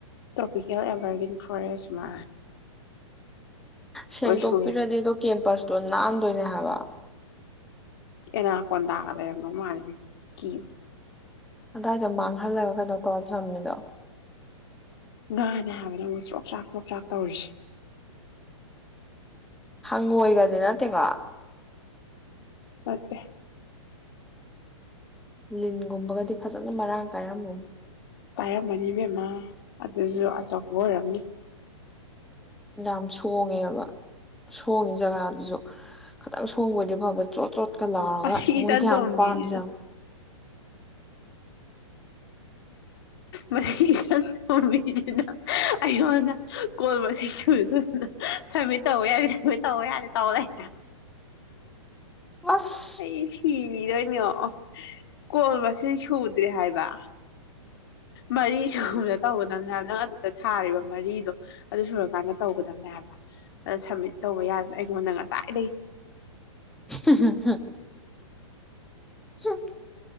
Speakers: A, on the left; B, in the centre.
A: ꯇ꯭ꯔꯣꯄꯤꯀꯦꯜ ꯑꯦꯚꯔꯒ꯭ꯔꯤꯟ ꯐꯣꯔꯦꯁ ꯃꯥ
B: ꯁꯦꯡꯗꯣꯛꯄꯤꯔꯗꯤꯗꯣ
A: ꯂꯣꯏ ꯁꯨꯔꯦ
B: ꯀꯦꯝꯄꯁ ꯇꯣ ꯅꯥꯟꯗꯣꯏꯅꯦ ꯍꯕ
A: ꯏꯅꯥꯀꯗꯒꯗꯣ ꯃꯥꯔꯤ ꯀꯤ
B: ꯑꯗꯥꯏꯗꯣ ꯃꯥꯡꯍꯜꯂꯒ ꯀꯩꯩꯅꯣ ꯇꯧꯔ ꯊꯃꯤꯗꯣ
A: ꯅꯦ ꯍꯥꯏꯕꯅꯦ ꯑꯃꯨꯛ ꯆꯣꯛꯆ꯭ꯔꯥꯛ ꯆꯣꯛꯆ꯭ꯔꯥꯛ ꯇꯧꯔꯤꯁꯦ
B: ꯍꯪꯉꯣꯏꯗꯗꯤ ꯅꯠꯇꯦꯀꯣ
A: ꯃꯦ
B: ꯂꯤꯒꯨꯝꯕꯒꯗꯤ ꯐꯖꯅ ꯃꯔꯥꯡ ꯀꯥꯏꯔꯝꯃꯧꯗꯦ
A: ꯄꯥꯏꯔꯝꯃꯅꯤꯕꯦꯝꯃ ꯑꯗꯨꯁꯨ ꯑꯆꯧꯕ ꯑꯣꯏꯔꯝꯃꯤ
B: ꯌꯥꯝ ꯁꯣꯡꯉꯦꯕ ꯁꯣꯡꯉꯤ ꯖꯒꯥꯗꯨꯁꯨ ꯈꯤꯇꯪ ꯁꯣꯡꯕꯣꯏꯗꯤ ꯐꯕ ꯆꯣꯠ ꯆꯣꯠ ꯂ
A: ꯑꯁꯤ
B: ꯃꯣꯏ
A: ꯏꯆꯟꯇꯣꯝꯕꯤꯁꯤꯁꯨ
B: ꯊꯅ ꯄꯥꯅꯖ
A: ꯃꯁꯤꯒꯤ ꯏꯁ ꯊꯣꯡꯝꯕꯤꯁꯤꯅ ꯑꯩꯉꯣꯟꯗ ꯀꯣꯜ ꯃꯁꯤꯡ ꯁ ꯁꯨꯅ ꯁꯃꯤꯠ ꯇꯧꯕ ꯌꯥꯅꯤ ꯁꯃꯤꯠ ꯇꯧꯕ ꯌꯥꯅꯤ ꯇꯧ ꯂꯩ
B: ꯑꯁ
A: ꯑꯩ ꯁꯤꯗ <unintelligible> ꯀꯣꯜꯕꯁ ꯁꯨꯗ ꯍꯥꯏ ꯍꯥꯏꯕ ꯃꯔꯤ ꯁꯨꯕꯅ ꯇꯧꯒꯗꯝꯕꯅꯦ ꯍꯥꯏꯕ ꯅꯪ ꯑꯗꯨꯗ ꯊꯥꯔꯤꯕ ꯃꯔꯤꯗꯣ ꯑꯗꯨ ꯁꯨꯔꯀꯥꯟꯗ ꯇꯧꯒꯗꯝꯕꯅꯦ ꯍꯥꯏꯕ ꯑꯗ ꯁꯝꯃꯤꯠ ꯇꯧꯕ ꯌꯥꯗꯅ ꯑꯩꯉꯣꯟꯗ ꯉꯁꯥꯏꯗꯒꯤ
B: ꯍꯨꯝ ꯍꯨꯝ ꯍꯨꯝ